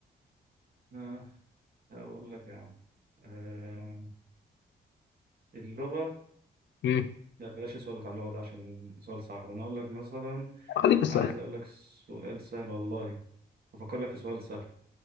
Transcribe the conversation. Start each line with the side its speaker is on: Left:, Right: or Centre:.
Right: آه، هقول لك يا عم آه، اللغة
Left: مم.
Right: لا بلاش السؤال بتاع اللغة ده عشان سؤال صعب أنا أقول لك مثلا
Left: خليك في السؤال
Right: عايز اقول لك سؤال سهل والله افكر لك في سؤال سهل